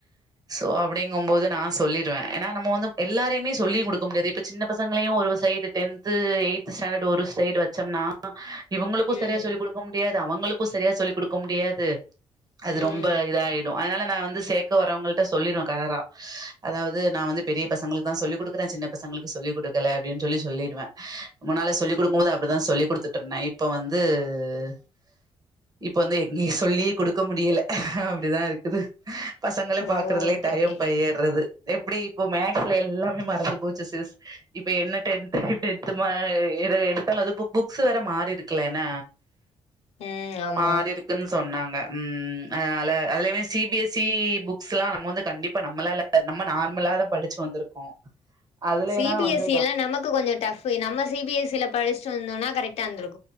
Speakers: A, on the right; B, on the left.
A: சோ அப்டிங்கும்போது நா சொல்லி டுவ ஏனா நம்ம வந்து எல்லாரையுமே சொல்லி குக்க முடியாது இப் இப்ப சின்ன பசங்களையு ஒரு சைடு டென்த்து எய்த்து ஸ்டாண்டடு ஒரு சைடு வச் ச்சம்னா இவங்களுக்கு
B: ம்
A: செரியா சொல்லிக் குடுக்க முடியாது அவங்களுக்கு செரியா சொல்லி குடுக்க முடியாது அது
B: ம்
A: ரொம்ப இதாயிர் டு அதனால நா வந்து சேக்க வரவங்கள்ட்ட சொல்லிருவ கராரா அதாவது நா வந்து பெரிய பசங்களுக்தா சொல்லி குடுக்கறே சின்னப் பசங்களுக்கு சொல்லிக்குடுக்கல அப்டின் சொல்லி சொல்லிடுவே முன்னால சொல்லி குடுக்கும்போது அப்டிதா சொல்லி குடுத்துட்ருந்தே இப்ப வந்து து இப்ப வந்து எங்கியு சொல்லி குடுக்க முடியல அப்டிதா இருக்குது பசங்கள
B: ஓ
A: பாக்குறதுலே
B: ஓகே
A: டையம்
B: ஓகே
A: பையிர்றது எப்டி இப்போ மேக்ஸ்ல எல்லாமே மறந்து போச் ச்சு சிஸ் இப்ப என்ன டென்த்து டென்த்து மா இது எடுத்தலு அது புக் புக்ஸ் வேற மாறிருக்குல்ல ந
B: ம் ஆமா
A: மாறிருக்குன் சொன்னாங்க ம் ம் அதனால அதுலையுமே சி பி எஸ் சி புக்ஸ்லா நம்ம வந்து கண்டிப்பா நம்மளால நம்ம நார்மலா அத படிச்சு வந்திருக்கோ அதுல
B: சி
A: எல்லா
B: பி
A: வந்து
B: எஸ் சி எல்லா நமக்கு கொஞ்ச டஃப்பு நம்ம சி பி எஸ் சி ல படிஸ்ட்டு வந்தோனா கரெக்டா இந்திருக்